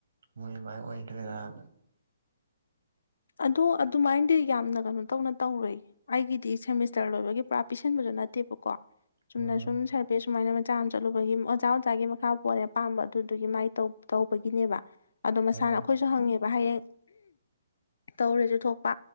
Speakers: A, on the right; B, on the left.
A: ꯃꯣꯏ ꯑꯃꯥꯏ ꯑꯣꯏꯗꯣꯏꯔꯥꯅ
B: ꯑꯗꯣ ꯑꯗꯨꯃꯥꯏꯗꯤ ꯌꯥꯝꯅ ꯀꯅꯣ ꯇꯧꯅ ꯇꯧꯔꯣꯏ ꯑꯩꯒꯤꯗꯤ ꯁꯦꯃꯤꯁꯇꯔ ꯂꯣꯏꯕꯒꯤ ꯄꯨꯔꯥ ꯄꯤꯁꯤꯟꯕꯗꯨ ꯅꯠꯇꯦꯕꯀꯣ ꯆꯨꯝꯅ
A: ꯎꯝ
B: ꯁꯨꯝ ꯁꯔꯚꯦ ꯁꯨꯃꯥꯏꯅ ꯃꯆꯥ ꯑꯃ ꯆꯠꯂꯨꯕꯒꯤ ꯑꯣꯖꯥ ꯑꯣꯖꯥꯒꯤ ꯃꯈꯥ ꯄꯣꯟꯂꯦ ꯑꯄꯥꯝꯕ ꯑꯗꯨꯗꯨꯒꯤ ꯃꯥꯏ ꯇꯧ ꯇꯧꯕꯒꯤꯅꯦꯕ ꯑꯗꯣ ꯃꯁꯥꯅ
A: ꯎꯝ
B: ꯑꯩꯈꯣꯏꯁꯨ ꯍꯪꯉꯦꯕ ꯍꯌꯦꯡ ꯇꯧꯔꯦꯖꯨ ꯊꯣꯛꯄ